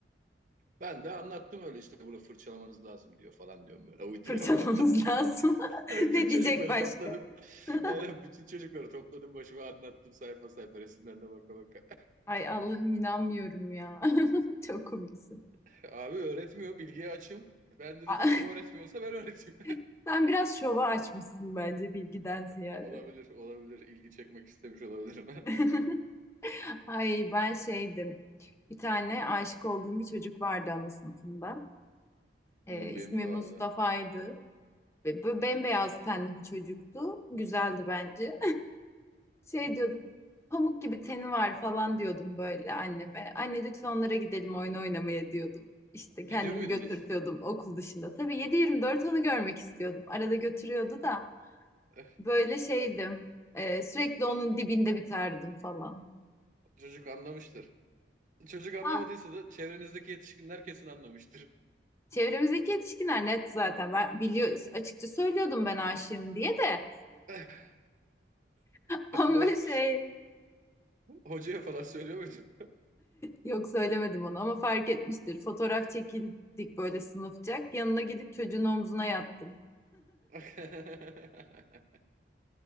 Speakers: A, on the right; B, on the left.
A: Ben de anlattım öyle işte bunu fırçalamanız lazım diyor falan diyorum böyle uyduruyor
B: fırçalamamız
A: uyduruyorum. <laughs>
B: lazım. <laughs>
A: Bütün
B: Ne
A: çocukları
B: diyecek başka?
A: topladım.
B: <laughs>
A: Aynen bütün çocukları topladım başıma anlattım sayfa sayfa resimlerine baka baka.
B: Ay Allah'ım inanmıyorum ya. <laughs> Çok komiksin.
A: <laughs> Abi öğretmiyor bilgiye açım. Ben de
B: A-
A: dedim ki o öğretmiyorsa ben öğreteyim.
B: <laughs> Sen biraz şova açmışsın bence bilgiden
A: <laughs>
B: ziyade.
A: Olabilir olabilir ilgi çekmek istemiş olabilirim.
B: <laughs>
A: <laughs>
B: Ay ben şeydim. Bir tane aşık olduğum bir çocuk vardı ana sınıfında. Ee,
A: Hmm,
B: ismi
A: benim de
B: Mustafa'ydı.
A: vardı.
B: Ve böyle bembeyaz tenli bir çocuktu. Güzeldi bence. Şey diyordum. Pamuk gibi teni var falan diyordum böyle anneme. Anne lütfen onlara gidelim oyun oynamaya diyordum. İşte
A: Gidiyor
B: kendimi
A: muydunuz?
B: götürtüyordum okul dışında. Tabii yedi yirmi dört onu görmek istiyordum. Arada götürüyordu da
A: <laughs>
B: böyle şeydim. e, sürekli onun dibinde biterdim falan.
A: Çocuk anlamıştır. Çocuk anlamadıysa
B: Ha,
A: da çevrenizdeki yetişkinler kesin anlamıştır.
B: çevremizdeki yetişkinler net zaten. Ben biliyor, açıkça söylüyordum ben aşığım diye de.
A: <laughs>
B: <laughs> Ama
A: Ho-
B: şey
A: hocaya falan söylüyor muydunuz?
B: yok söylemedim onu ama fark etmiştir. Fotoğraf çekildik böyle sınıfçak. Yanına gidip çocuğun omzuna yattım.
A: <laughs>